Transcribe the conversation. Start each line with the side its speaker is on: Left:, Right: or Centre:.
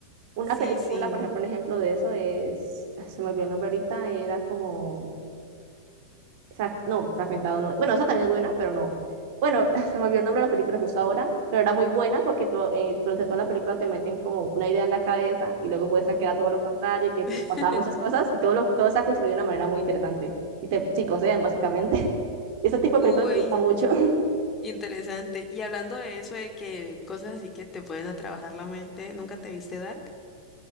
Right: Una
Left: Sí,
Right: película,
Left: sí.
Right: por ejemplo, un ejemplo de eso es, <laughs> se me olvidó el nombre ahorita, era como, fra- no, fragmentado no, bueno, esa también es buena, pero no. Bueno, <laughs> se me olvidó el nombre de la película justo ahora, pero era muy buena porque to- eh, durante toda la película te meten como una idea en la cabeza y luego muestran que era todo lo contrario, que
Left: <laughs>
Right: pasaban muchas cosas y todo, lo, todo está construido de una manera muy interesante y te psicosean básicamente. <laughs> Y ese tipo de
Left: Uy,
Right: películas me gusta mucho. <laughs>
Left: interesante. Y hablando de eso, de que cosas así que te pueden a trabajar la mente, ¿nunca te viste Dark?